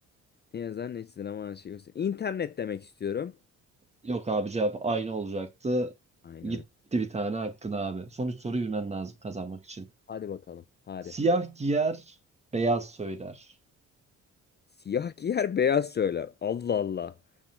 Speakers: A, on the left; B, on the right.
A: Ne yazar ne çizilir ama her şeyi göster. İnternet demek istiyorum.
B: Yok abi cevap aynı olacaktı.
A: Aynen.
B: Gitti bir tane hakkın abi. Son üç soruyu bilmen lazım kazanmak için.
A: Hadi bakalım. Hadi.
B: Siyah giyer, beyaz söyler.
A: Siyah giyer beyaz söyler. Allah Allah.